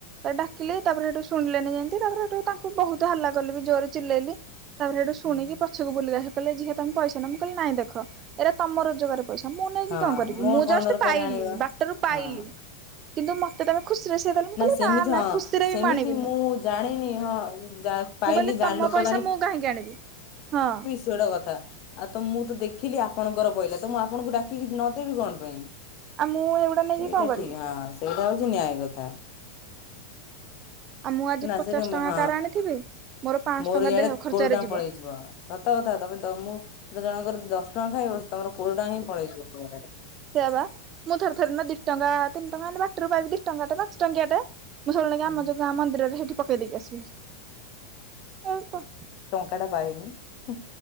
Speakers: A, on the right; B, on the left.
A: ଏ ଡାକିଲି ତାପରେ ସେଠୁ ଶୁଣିଲେନି ଯେମତି ତାପରେ ସେଠୁ ତାଙ୍କୁ ବହୁତ ହାଲା କଲି ବି ଜୋର ଚିଲେଇଲି। ତାପରେ ସେଇଠୁ ଶୁଣିକି
B: ହୁଁ
A: ପଛକୁ ବୁଲିକି ଆସି କହିଲେ ଝିଅ ତୋମେ ପଇସା ନିଅ। ମୁଁ କଇଲି ନାଇଁ ଦେଖ ଏଇଟା ତୋମ ରୋଜଗାର ପଇସା ମୁଁ ନେଇକି
B: ହଁ
A: କଣ କରିବି?
B: ମୋର
A: ମୁଁ
B: କଣ
A: ଜଷ୍ଟ
B: ଦରକାର
A: ପାଇଲି
B: ଆଣିବା
A: ବାଟ ରୁ ପାଇଲି।
B: ହଁ
A: କିନ୍ତୁ ମୋତେ ଦେବେ ଖୁସିରେ ସେ ଦେଲେ ମୁଁ କହିଲି
B: ସେମିତି
A: ନା ନା
B: ହଁ
A: ଖୁସିରେ
B: ସେମିତି
A: ବି ମୁଁ ଆଣିବିନି।
B: ଜାଣିନି ହଁ ଯା ପାଇଲି
A: ମୁଁ କହିଲି
B: ଜାଣି
A: ତୋମ
B: ଲୋକ
A: ପଇସା ମୁଁ କାହିଁକି ଆଣିବି। ହଁ।
B: ସିଏ ଗୋଟେ କଥା, ଆ, ତ ମୁଁ ତ ଦେଖିଲି ଆପଣଙ୍କର ପଇଲା ତ ମୁଁ ଆପଣଙ୍କୁ ଡାକିକି ନଦେବି କଣ ପାଇଁ।
A: ଆଉ ମୁଁ ଏଗୁଡା ନେଇକି
B: ସେଇଟା
A: କଣ କରିବି।
B: ଠିକ, ହଁ ସେଇଟା ହଉଛି ନ୍ୟାୟ କଥା।
A: ଆଉ ମୁଁ ଆଜି
B: ନା
A: ପଚାଶ
B: ସେ <inaudible> ହଁ
A: ଟଙ୍କା କାର ଆଣିଥିବି ପାଁଶହ
B: ମୋର
A: ଟଙ୍କା
B: ଇଆଡେ
A: ଦେହ ଖର୍ଚ୍ଚରେ
B: କୋଉଠି ଟଙ୍କା
A: ଯିବ।
B: ପଳେଇଯିବ। ସତ କଥା ତୋମେ ତ ମୁଁ ତ ଜଣଙ୍କର ଦଶ ଟଙ୍କା ଖାଇବ ସେ ତମର କୋଡି ଟଙ୍କା ହିଁ ପଳେଇଯିବ ସେ ଜାଗାରେ।
A: ସେଇଆ ବା, ମୁଁ ଥରେ ଥରେ ନା ଦି ଟଙ୍କା ତିନି ଟଙ୍କା ଏମତି ବାଟରୁ ପାଇବି, ଦି ଟଙ୍କା ଟା ପାନ୍ସ ଟଙ୍କିଆ ଟେ ମୁଁ ସବୁବେଳେ ନେଇକି
B: ହୁଁ
A: ଆମ ଯୋଉ ଗାଁ ମନ୍ଦିରରେ ସେଠି ପକେଇ ଦେଇକି ଆସିବି। ଏ ତ
B: କାଟା ପାାଇନୁ ହୁଁ,।